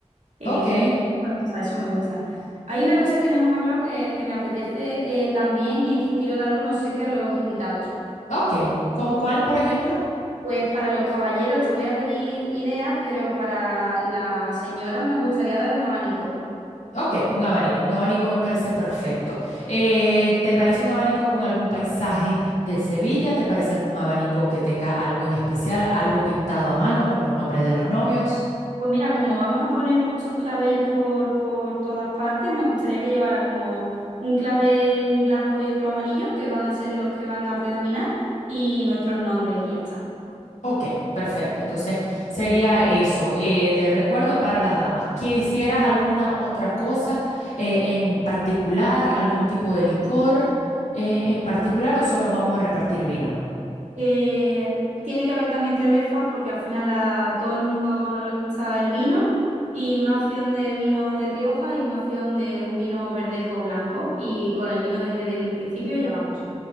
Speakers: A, on the right; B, on the left.
A: Eh,
B: Ok.
A: me gusta, eso me gusta. Hay una cosa que no hemos hablado que, que me apetece eh, también y es que quiero darle un obsequio a los invitados.
B: Ok, ¿como cuál, por ejemplo?
A: Pues para los caballeros te voy a pedir ideas, pero para las señoras me gustaría dar un abanico.
B: Ok, un abanico, un abanico me parece perfecto. Eh, ¿te parece un abanico con algún paisaje de Sevilla? ¿Te parece algún abanico que tenga algo en especial, algo pintado a mano con los nombres de los novios?
A: Pues mira, como vamos a poner muchos claveles por, por todas partes, me gustaría que llevara como un clavel blanco y otro amarillo, que van a ser los que van a predominar, y nuestros nombres y ya está.
B: Ok, perfecto. Entonces sería eso, eh, de recuerdo para las damas. ¿Quisieras alguna otra cosa eh, en particular, algún tipo de licor eh, en particular o solo vamos a repartir vino?
A: Eh, tiene que haber también cerveza porque al final a todo el mundo no le gusta el vino y una opción de vino de Rioja y una opción de un vino verdejo o blanco y con el vino de Jerez del principio ya vamos.